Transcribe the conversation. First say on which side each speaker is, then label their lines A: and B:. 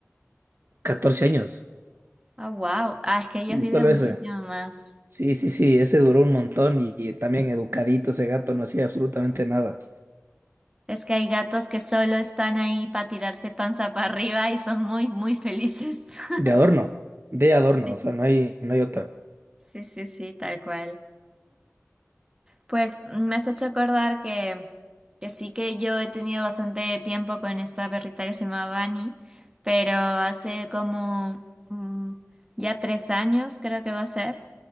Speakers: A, on the right; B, on the right.
A: 14 años.
B: Ah, wow. Ah, es que ellos
A: Y
B: viven
A: solo
B: muchísimo
A: ese.
B: más.
A: Sí, sí, sí, ese duró un montón y, y también educadito ese gato, no hacía absolutamente nada.
B: Es que hay gatos que solo están ahí para tirarse panza para arriba y son muy, muy felices. <laughs>
A: De adorno, de adorno,
B: Sí,
A: o sea, no hay, no hay otra.
B: sí, sí, sí, tal cual. Pues me has hecho acordar que, que sí que yo he tenido bastante tiempo con esta perrita que se llama Bunny, pero hace como mm, ya tres años creo que va a ser.